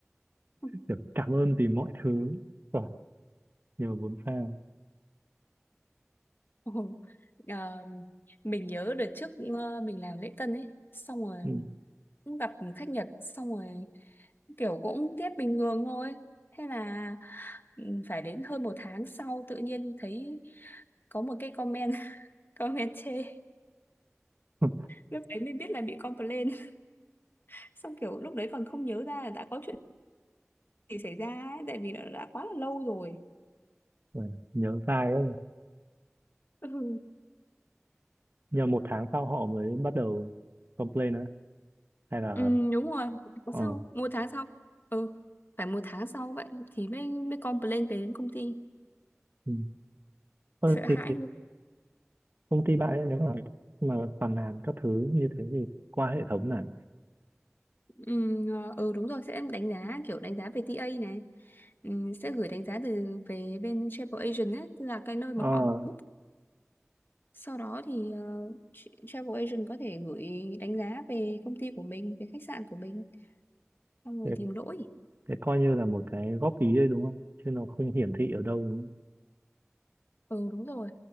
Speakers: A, on the left; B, on the right.
A: <laughs>
B: kiểu cảm ơn vì mọi thứ Rồi, nhưng mà bốn sao
A: Ồ, ờ, mình nhớ đợt trước ờ, mình làm lễ tân ấy xong rồi
B: ừ.
A: cũng gặp khách Nhật xong rồi kiểu cũng tiếp bình thường thôi thế là ừ, phải đến hơn một tháng sau tự nhiên thấy có một cái comment <laughs> comment chê
B: <laughs>
A: lúc đấy mới biết là bị complain <laughs> xong kiểu lúc đấy còn không nhớ ra là đã có chuyện gì xảy ra ấy, tại vì nó đã quá là lâu rồi
B: Rồi, nhớ dai đó nhỉ.
A: <laughs> ừ.
B: nhờ một tháng sau họ mới bắt đầu complain á hay là
A: Ừ, đúng rồi một tháng
B: ờ
A: sau một tháng sau ừ phải một tháng sau vậy thì mới mới complain về đến công ty
B: ừ. Ờ,
A: sợ
B: thì
A: hãi
B: công ty bạn ấy, nếu mà mà phàn nàn các thứ như thế thì qua hệ thống này
A: Ừ, ừ đúng rồi sẽ đánh giá kiểu đánh giá về TA này ừ, sẽ gửi đánh giá từ về bên travel agent ấy, tức là cái nơi mà
B: ờ
A: họ book sau đó thì ờ, tr- travel agent có thể gửi đánh giá về công ty của mình về khách sạn của mình xong rồi
B: thế,
A: tìm lỗi
B: thế coi như là một cái góp ý đấy đúng không chứ nó không hiển thị ở đâu đúng không?
A: ừ đúng rồi